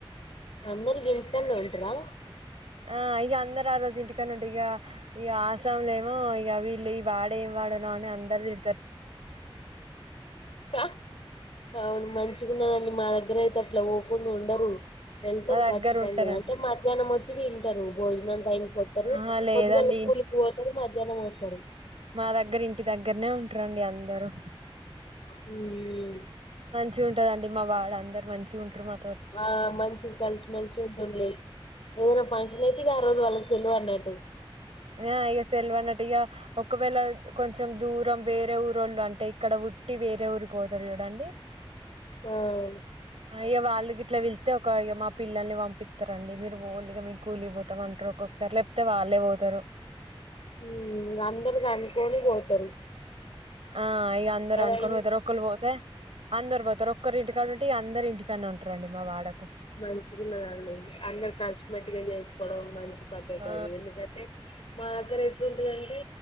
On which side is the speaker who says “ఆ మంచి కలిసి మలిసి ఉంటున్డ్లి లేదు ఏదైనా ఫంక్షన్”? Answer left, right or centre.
Left